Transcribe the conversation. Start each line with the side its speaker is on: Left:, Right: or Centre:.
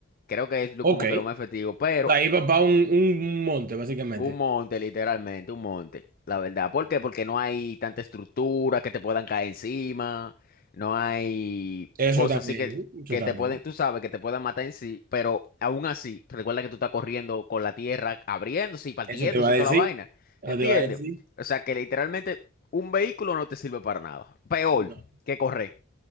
Left: Creo que es lo-
Right: Ok.
Left: como que lo más efectivo, pero
Right: O sea, ahí va para un, un monte, básicamente.
Left: un monte, literalmente, un monte. La verdad. ¿Por qué? Porque no hay tanta estructura que te puedan caer encima. No hay
Right: Eso
Left: cosas
Right: también,
Left: así que,
Right: eso
Left: que
Right: también.
Left: te pueden, tú sabes, que te puedan matar en sí. Pero aún así, recuerda que tú estás corriendo con la tierra abriéndose y partiéndose
Right: Eso te va a
Left: y
Right: decir.
Left: toda la vaina.
Right: Eso
Left: ¿Entiendes?
Right: te va a decir.
Left: O sea que literalmente un vehículo no te sirve para nada. Peor
Right: No.
Left: que correr.